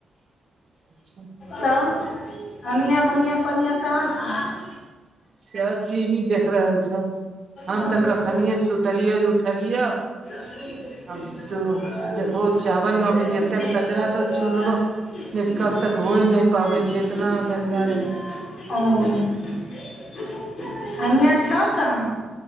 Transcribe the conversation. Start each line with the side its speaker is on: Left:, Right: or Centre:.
Right: सब
Left: तब हनआ, बनिआँ, बढ़आ, कहाँ छै?
Right: सब टी वी देख रहल छौ। हम
Left: हँ
Right: तऽ कखनिए सुतलियै, जे उठलियै।
Left: आ। <unintelligible> <unintelligible>
Right: आब तऽ देखबो चावल मे अभी जते ने कचरा छौ चुनबो नहि तऽ कल तक होइ नहि पाबै छै इतना गन्दा रहै छै
Left: <inaudible> हनिया छौ कहाँ?